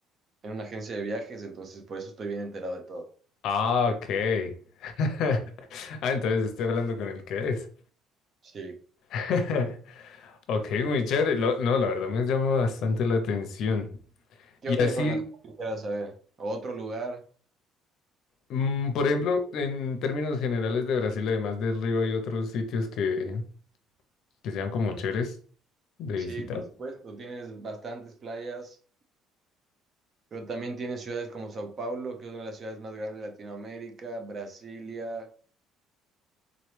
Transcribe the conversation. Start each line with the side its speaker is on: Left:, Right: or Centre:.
Right: en una agencia de viajes, entonces por eso estoy bien enterado de todo.
Left: Ah, ok. <laughs> Ah, entonces estoy hablando con el que es.
Right: Sí.
Left: <laughs> Ok, muy chévere. Lo- no, la verdad me llama bastante la atención.
Right: ¿Qué
Left: Y
Right: otra
Left: así,
Right: información quisieras saber? ¿O ¿Otro lugar?
Left: mm, por ejemplo, en términos generales de Brasil, además del río, hay otros sitios que, que sean como chéveres de
Right: Sí,
Left: visitar.
Right: por supuesto, tienes bastantes playas, pero también tienes ciudades como Sao Paulo, que es una de las ciudades más grandes de Latinoamérica, Brasilia,